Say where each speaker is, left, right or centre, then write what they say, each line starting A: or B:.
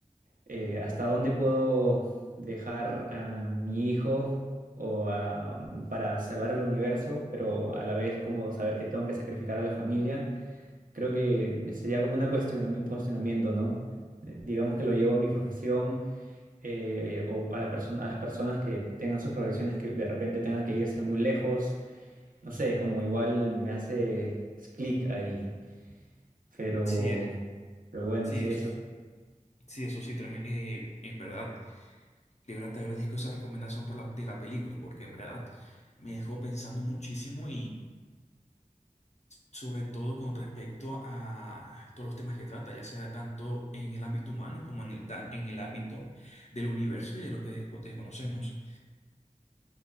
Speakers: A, on the right; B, on the left.
A: eh, hasta dónde puedo dejar a mi hijo o a- para salvar al universo, pero a la vez como saber que tengo que sacrificar a la familia. Creo que sería como una cuestiona- un cuestionamiento, ¿no? Eh, digamos que lo llevo a mi profesión eh, o a la persona, a las personas que tengan sus profesiones que de repente tengan que irse muy lejos. No sé, como igual me hace clic ahí. Pero,
B: Sí, es-
A: pero bueno,
B: sí,
A: sí,
B: eso,
A: eso.
B: es- sí, eso sí, treme- eh, en verdad, de verdad te agradezco esa recomendación por la, de la película, porque en verdad me dejó pensando muchísimo sobre todo con respecto a todos los temas que trata, ya sea tanto en el ámbito humano como en el, ta- en el ámbito del universo y de lo que desco- desconocemos.